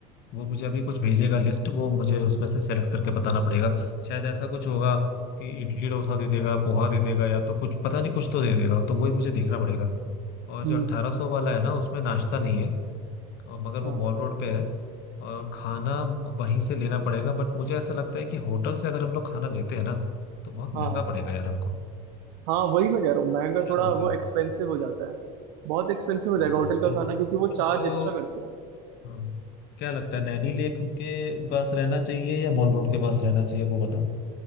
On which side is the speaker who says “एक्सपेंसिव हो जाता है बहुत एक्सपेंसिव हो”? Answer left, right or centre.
Right